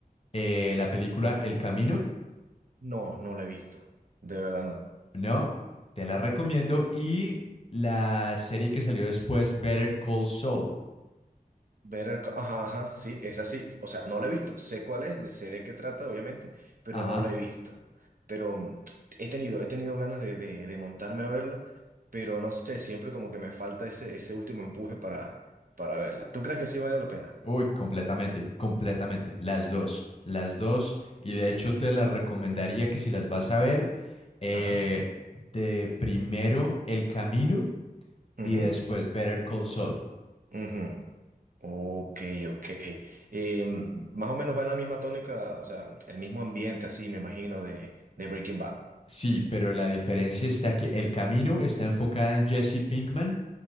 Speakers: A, on the left; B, on the right.
A: eh, la película El Camino.
B: No, no la he visto. De verdad no.
A: No, te la recomiendo. Y la serie que salió después, Better Call Saul.
B: Better Ca- Ajá, ajá, sí, es así. O sea, no la he visto. Sé cuál es, de- sé de qué trata, obviamente, pero
A: Ajá.
B: no la he visto. Pero mm, he tenido, he tenido ganas de, de, de montarme a verla, pero no sé, siempre como que me falta ese, ese último empuje para, para verla. ¿Tú crees que sí vale la pena?
A: Uy, completamente, completamente. Las dos, las dos. Y de hecho te las recomendaría que si las vas a ver, eh,
B: Ajá.
A: de primero El Camino
B: Ujú,
A: y después Better Call Saul.
B: ujú. Ok, ok. Em, más o menos va en la misma tónica, o sea, el mismo ambiente así, me imagino, de, de Breaking Bad.
A: Sí, pero la diferencia está que El Camino está enfocada en Jesse Pinkman